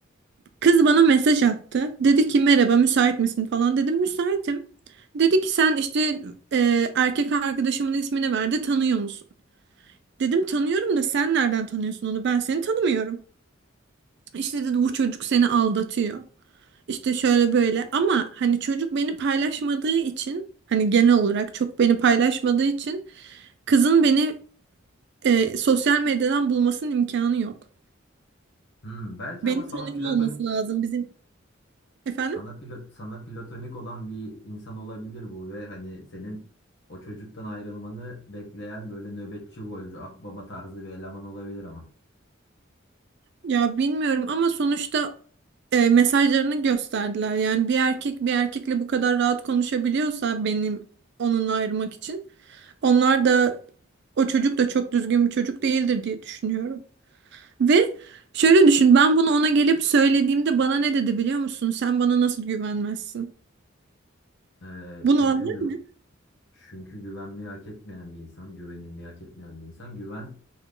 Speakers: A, on the right; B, on the left.
A: Kız bana mesaj attı. Dedi ki merhaba müsait misin falan dedim müsaitim. Dedi ki sen işte e, erkek arkadaşımın ismini verdi tanıyor musun? Dedim tanıyorum da sen nereden tanıyorsun onu ben seni tanımıyorum. İşte dedi bu çocuk seni aldatıyor. İşte şöyle böyle ama hani çocuk beni paylaşmadığı için hani genel olarak çok beni paylaşmadığı için kızın beni e, sosyal medyadan bulmasının imkanı yok.
B: Hmm, belki
A: Beni
B: ama sana
A: tanıyor
B: platonik
A: olması lazım bizim efendim.
B: sana pilot sana platonik olan bir insan olabilir bu ve hani senin o çocuktan ayrılmanı bekleyen böyle nöbetçi golcü akbaba tarzı bir eleman olabilir ama.
A: Ya bilmiyorum ama sonuçta e, mesajlarını gösterdiler. Yani bir erkek bir erkekle bu kadar rahat konuşabiliyorsa benim onunla ayırmak için onlar da o çocuk da çok düzgün bir çocuk değildir diye düşünüyorum. Ve şöyle düşün ben bunu ona gelip söylediğimde bana ne dedi biliyor musun? Sen bana nasıl güvenmezsin?
B: Ee,
A: Bu
B: çünkü
A: normal
B: gü-
A: mi?
B: çünkü güvenmeyi hak etmeyen bir insan, güvenilmeyi hak etmeyen bir insan. Güven